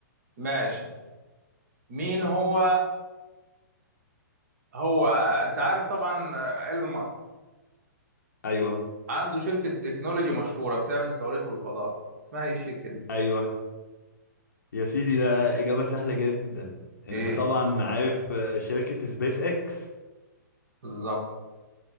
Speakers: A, on the right; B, on the left.
A: ماشي مين هو هو انت عارف طبعا آه، ايلون ماسك
B: ايوه
A: عنده شركه تكنولوجي مشهوره بتعمل صواريخ للفضاء اسمها ايه الشركه دي
B: ايوه يا سيدي ده اجابه سهله جدا انت
A: ايه
B: طبعا عارف آه، شركه سبيس اكس
A: بالظبط